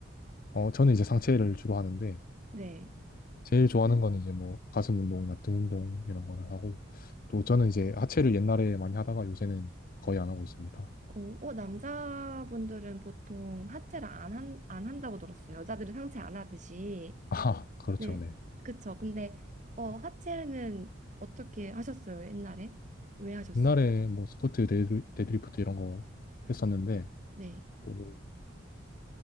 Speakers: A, on the left; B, on the right.
A: 어, 저는 이제 상체를 주로 하는데
B: 네.
A: 제일 좋아하는 건 이제 뭐 가슴 운동이나 등 운동 이런 거를 하고 또 저는 이제 하체를 옛날에 많이 하다가 요새는 거의 안 하고 있습니다.
B: 어, 어, 남자분들은 보통 하체를 안, 한, 안 한다고 들었어요. 여자들은 상체 안 하듯이.
A: <laughs> 아, 그렇죠.
B: 네,
A: 네.
B: 그쵸. 근데 어, 하체는 어떻게 하셨어요? 옛날에? 왜 하셨어요?
A: 옛날에 뭐 스쿼트, 데드리- 데드리프트 이런 거 했었는데
B: 네.
A: 또